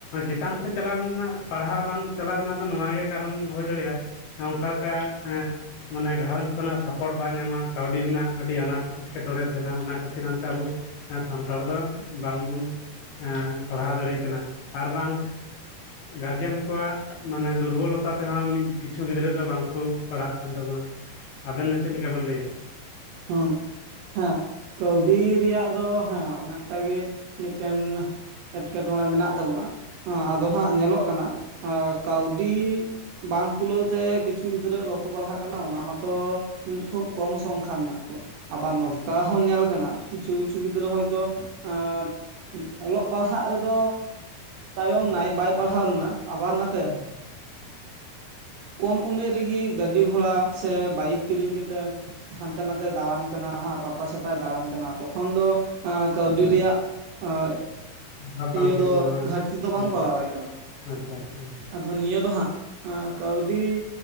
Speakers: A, on the left; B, on the right.
A: ᱪᱮᱛᱟᱱ ᱥᱮᱫ ᱪᱟᱞᱟᱣ ᱨᱮᱱᱟᱜ ᱯᱟᱲᱦᱟᱣ ᱵᱟᱝ ᱪᱟᱞᱟᱜ ᱨᱮᱱᱟᱜ ᱫᱚ ᱱᱚᱶᱟ ᱜᱮ ᱠᱟᱨᱚᱱ ᱦᱩᱭ ᱫᱟᱲᱮᱭᱟᱜᱼᱟ ᱚᱱᱠᱟ ᱞᱮᱠᱟ ᱢᱟᱱᱮ ᱜᱷᱟᱨᱚᱸᱡᱽ ᱠᱷᱚᱱᱟᱜ ᱥᱟᱯᱳᱴ ᱵᱟᱭ ᱧᱟᱢᱟ ᱠᱟᱹᱣᱰᱤ ᱨᱮᱱᱟᱜ ᱟᱹᱰᱤ ᱟᱱᱟᱴ ᱮᱴᱠᱮᱴᱚᱬᱮ ᱛᱟᱦᱮᱱᱟ ᱚᱱᱟ ᱠᱷᱟᱹᱛᱤᱨᱛᱮ ᱟᱵᱚ ᱥᱟᱱᱛᱟᱲ ᱫᱚ ᱵᱟᱝ ᱵᱚᱱ ᱯᱟᱲᱦᱟᱣ ᱫᱟᱲᱮᱭᱟᱜ ᱠᱟᱱᱟ ᱟᱨ ᱵᱟᱝ ᱜᱟᱨᱡᱮᱱ ᱠᱚᱣᱟᱜ ᱢᱟᱱᱮ ᱫᱩᱨᱵᱚᱞᱚᱛ ᱛᱮᱦᱚᱸ ᱢᱤᱫ ᱠᱤᱪᱷᱩ ᱜᱤᱫᱽᱨᱟᱹ ᱫᱚ ᱵᱟᱝᱠᱚ ᱯᱟᱲᱦᱟᱜ ᱠᱟᱱ ᱛᱟᱵᱚᱱᱟ ᱾ ᱟᱵᱮᱱ ᱫᱚ ᱪᱮᱫ ᱞᱮᱠᱟ ᱵᱮᱱ ᱞᱟᱹᱭᱟ?
B: ᱦᱚᱸ ᱦᱮᱸ ᱠᱟᱹᱣᱰᱤ ᱨᱮᱭᱟᱜ ᱫᱚ ᱦᱮᱸ ᱚᱱᱮᱠᱴᱟ ᱜᱮ ᱢᱤᱫ ᱴᱮᱱ ᱮᱸᱴᱠᱮᱴᱚᱬᱮ ᱢᱮᱱᱟᱜ ᱛᱟᱵᱚᱱᱟ
A: ᱦᱩᱸ
B: ᱟᱫᱚ ᱦᱟᱸᱜ ᱮ ᱧᱮᱞᱚᱜ ᱠᱟᱱᱟ ᱠᱟᱹᱣᱰᱤ ᱵᱟᱝ ᱠᱩᱞᱟᱹᱣᱛᱮ ᱠᱤᱪᱷᱩ ᱜᱤᱫᱽᱨᱟᱹ ᱵᱟᱠᱚ ᱯᱟᱲᱦᱟᱜ ᱠᱟᱱᱟ ᱚᱱᱟ ᱢᱟᱛᱚ ᱠᱷᱩᱵ ᱠᱚᱢ ᱥᱚᱝᱠᱷᱟ ᱢᱮᱱᱟᱜᱼᱟ ᱟᱵᱟᱨ
A: ᱦᱩᱸ
B: ᱱᱚᱛᱠᱟ ᱦᱚᱸ ᱧᱮᱞ ᱠᱟᱱᱟ ᱠᱤᱪᱷᱩ ᱠᱤᱪᱷᱩ ᱜᱤᱫᱽᱨᱟᱹ ᱦᱚᱭᱛᱚ ᱟᱸ ᱚᱞᱚᱜ ᱯᱟᱲᱦᱟᱜ ᱨᱮᱫᱚ ᱛᱟᱭᱚᱢ ᱱᱟᱭ ᱵᱟᱹᱭ ᱯᱟᱲᱦᱟᱣ ᱞᱮᱱᱟ ᱟᱵᱟᱨ ᱱᱟᱛᱮ
A: ᱦᱩᱸ
B: ᱠᱚᱢ ᱩᱢᱮᱨ ᱨᱮᱜᱤ ᱜᱟᱹᱰᱤ ᱜᱷᱚᱲᱟ ᱥᱮ ᱵᱟᱭᱤᱠ ᱠᱤᱨᱤᱧ ᱠᱟᱛᱮᱱ ᱦᱟᱱᱛᱮ ᱱᱟᱛᱮᱭ ᱫᱟᱬᱟᱱ ᱠᱟᱱᱟ ᱯᱟᱛᱟ ᱪᱷᱟᱛᱟᱭ ᱫᱟᱬᱟᱱ ᱠᱟᱱᱟ ᱛᱚᱠᱷᱚᱱ ᱫᱚ ᱠᱟᱹᱣᱰᱤ ᱨᱮᱭᱟᱜ ᱮᱸ
A: ᱚᱵᱷᱟᱵ ᱵᱟᱝ
B: ᱤᱭᱟᱹ
A: ᱦᱩᱭᱩᱜ
B: ᱫᱚ
A: ᱠᱟᱱᱟ ᱵᱟᱝ
B: ᱜᱷᱟᱴᱛᱤ ᱫᱚ
A: ᱦᱩᱸ
B: ᱵᱟᱝ ᱯᱟᱲᱟᱣᱟᱭ ᱠᱟᱱᱟ
A: ᱟᱪᱪᱷᱟ ᱟᱪᱪᱷᱟ ᱦᱩᱸ
B: ᱟ ᱱᱤᱭᱟᱹ ᱫᱚ ᱦᱟᱸᱜ ᱠᱟᱹᱣᱰᱤ